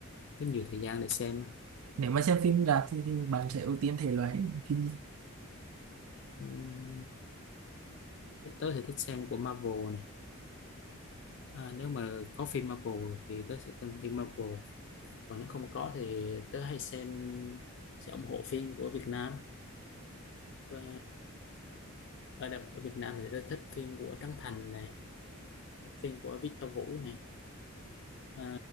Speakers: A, on the left; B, on the right.
A: có nhiều thời gian để xem
B: nếu mà xem phim rạp thì, thì bạn sẽ ưu tiên thể loại phim gì?
A: Ừm, thích tớ thì thích xem của Marvel này à, nếu mà có phim Marvel thì tớ sẽ xem phim Marvel còn nếu không có thì tớ hay xem sẽ ủng hộ phim của Việt Nam Ờ, ở, đ- ở Việt Nam thì tớ thích phim của Trấn Thành này thích phim của Victor Vũ này Ờ,